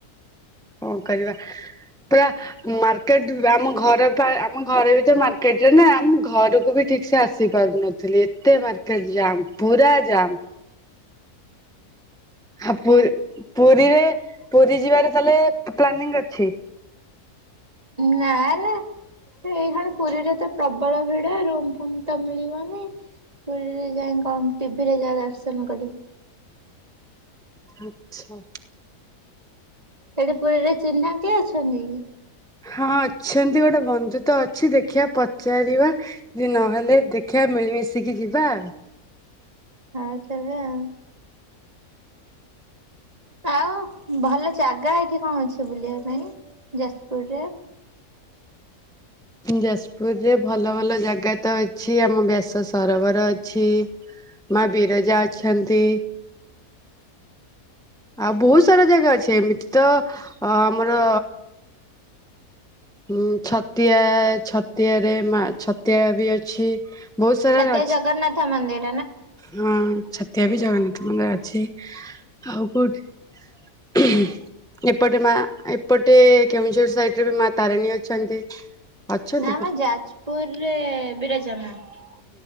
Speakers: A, in the centre; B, on the right.
A: କଣ କରିବା ପୁରା ମାର୍କେଟ ଆମ ଘର ଆମ ଘର ପା ଘରେ ଆମ ଘର ବି ତ ମାର୍କେଟ ରେ ନା ଆମ ଘରକୁ ବି ଠିକ ସେ ଆସି ପାରୁନ ଥିଲ ଏତେ ମାର୍କେଟ ଜମ୍ ପୁରା ଜାମ୍। ଆଉ ପୁ ପୁରୀରେ ପୁରୀ ଯିବାରେ ତାହେଲେ ପ୍ଲାନିଂ ଅଛି?
B: ନା ନା। ଏଇ ଖାଣ ପୁରୀରେ ତ ପ୍ରବଳ ଭିଡ଼ ରୁମ୍ ଫୁମ୍ ତ ମିଳିବନି। ପୁରୀରେ ଯାଇ କଣ ଟି ଭି ରେ ଯାହା ଦର୍ଶନ କରିବୁ।
A: ଆଚ୍ଛା।
B: ସେଇଠି ପୁରୀରେ ଚିହ୍ନା କିଏ ଅଛନ୍ତି କି?
A: ହଁ ଅଛନ୍ତି ଗୋଟେ ବନ୍ଧୁ ତ ଅଛି ଦେଖିବା ପଚାରିବା। ଯଦି ନହେଲେ ଦେଖିବା ମିଳିମିଶିକି ଯିବା ଆଉ।
B: ହଉ ତେବେ ଆଉ। ଆଉ ଭଲ ଜାଗା ଏଇଠି କଣ ଅଛି ବୁଲିବା ପାଇଁ ଯାଜପୁରରେ? ହଁ।
A: ଯାଜପୁରରେ ଭଲ ଭଲ ଜାଗା ତ ଅଛି ଆମ ବ୍ୟାସ ସରୋବର ଅଛି। ମାଁ ବିରଜା ଅଛନ୍ତି। ଆଉ ବହୁତ ସାରା ଜାଗା ଅଛି ଏମିତି ତ ଅ ଆମର ଉଁ ଛତିଆ ଛତିଆରେ ମା ଛତିଆ ବି ଅଛି। ବହୁତ ସାରା
B: ଛତିଆ
A: ଅଛି
B: ଜଗନ୍ନାଥ ମନ୍ଦିର୍
A: ହଁ ଛତିଆ ବି ଜଗନ୍ନାଥ ମନ୍ଦିର ଅଛି ଆଉ କୋଉଠି? ଉଁ ହୁଁ। ଏପଟେ ମାଆ ଏପଟେ କେଉଁଝର ସାଇଟରେ ବି ମାଆ ତାରିଣୀ ଅଛନ୍ତି। ଅଛନ୍ତି।
B: ନା ଆମ ଯାଜପୁରରେ ବିରଜା ମାଆ